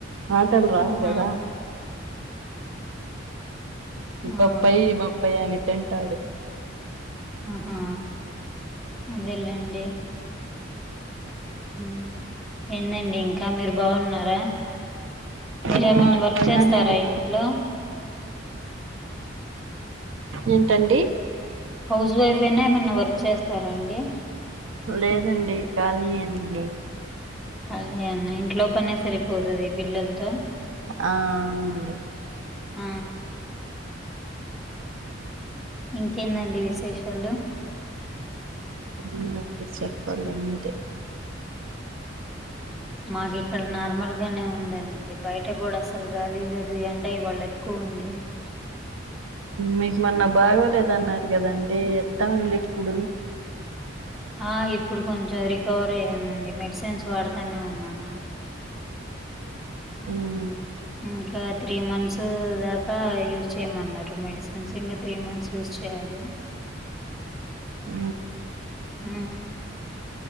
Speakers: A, on the right; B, in the centre.
A: మాటల్ రావు
B: ఆహా
A: కదా బప్పాయి
B: ఆ
A: బప్పయి అని తింటాడు
B: ఆహా అదేలేండి ఉమ్. ఏందండి ఇంకా మీరు బాగున్నారా మీరేమన్నా
A: ఆ
B: వర్క్
A: బాగానే
B: చేస్తారా
A: ఉన్నాం
B: ఇంట్లో
A: ఏంటండి
B: హౌస్ వైఫ్ అయినా ఏమన్నా వర్క్ చేస్తారాండి
A: లేదండి కాలి ఏనండి
B: కాలి నేనా ఇంట్లో పనే సరిపోతది పిల్లలతో
A: ఆ అవునుడి
B: ఆ ఇంకేందండి విశేషాలు
A: మూ అడి చెప్పాలద
B: మాకు ఇక్కడ నార్మల్ గానే ఉందండి బయట కూడా అసలు గాలి లేదు ఎం ఉండ ఇ వాళ్ళ ఎక్కువ ఉంది
A: మీకు మన్న బాగోలేదన్నారు కదండి ఎంత ఉంది ఇప్పుడు
B: ఆ ఇప్పుడు కొంచెం రికవర్ అయ్యానండి మెడిసిన్స్ వాడతానే ఉన్నాను
A: ఉమ్
B: ఉ ఇంకా త్రీ మంత్స్ దాకా యూస్ చేయమన్నారు మెడిసిన్స్ ఇంకా త్రీ మంత్స్ యూస్ చేయాలి
A: అ
B: హ